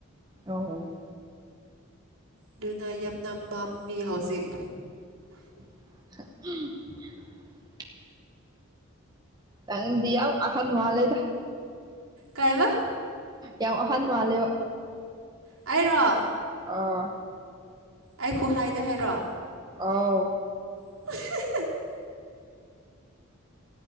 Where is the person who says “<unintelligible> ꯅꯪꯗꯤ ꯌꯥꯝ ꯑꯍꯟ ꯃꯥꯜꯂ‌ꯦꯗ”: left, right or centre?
Right